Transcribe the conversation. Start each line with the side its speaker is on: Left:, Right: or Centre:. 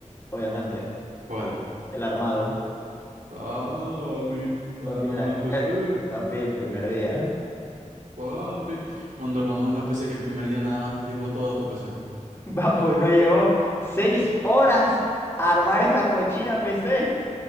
Left: obviamente.
Right: ¿Cuál?
Left: El armado.
Right: Papi, cuando
Left: Papi,
Right: armamos los PC.
Left: eh, papi, el primer día.
Right: Papi, cuando armamos la PC, que el primer día nada más nos llevó toda tu PC.
Left: <laughs> Va, pues no llevó seis horas a armar esa cochina PC.